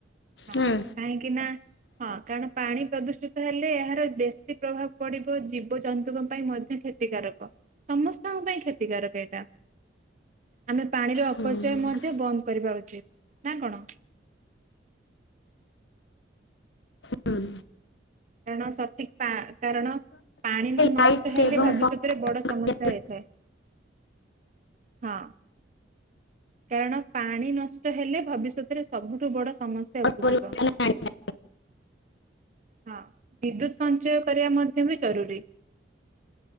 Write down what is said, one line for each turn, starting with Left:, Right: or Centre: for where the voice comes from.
Right: ହଁ
Left: ହୁଁ।
Right: କାହିଁକି ନା ହଁ କାରଣ ପାଣି ପ୍ରଦୂଷିତ ହେଲେ ଏହାର ବେଶୀ ପ୍ରଭାବ ପଡିବ ଜୀବଜନ୍ତୁଙ୍କ ପାଇଁ ମଧ୍ୟ କ୍ଷ ତିକାରକ ସମସ୍ତଙ୍କ ପାଇଁ କ୍ଷତିକାରକ ଏଇଟା। ଆମେ ପାଣିର ଅପଚୟ
Left: ହୁଁ
Right: ମଧ୍ୟ ବନ୍ଦ କରିବା ଉଚିତ୍ ନା କଣ?
Left: ହଁ।
Right: କାରଣ ସଠିକ୍ ପା କାରଣ ପାଣି ନଷ୍ଟ
Left: ଲାଇଟ୍
Right: ହେଲେ
Left: ଏବଂ
Right: ଭବିଷ୍ୟତ୍ ଏଥିରେ ବଡ ସମସ୍ୟା
Left: ପଙ୍ଖା
Right: ହେଇଥାଏ ହଁ। କାରଣ ପାଣି ନଷ୍ଟ ହେଲେ ଭବିଷ୍ୟତରେ ସବୁଠୁ ବଡ ସମସ୍ୟ <unintelligible>
Left: ପରିବର୍ତ୍ତନ
Right: ଯିବ।
Left: ଆଣିବା
Right: ହଁ ବିଦ୍ୟୁତ୍ ସଞ୍ଚୟ କରିବା ମଧ୍ୟ ବି ଜରୁରୀ।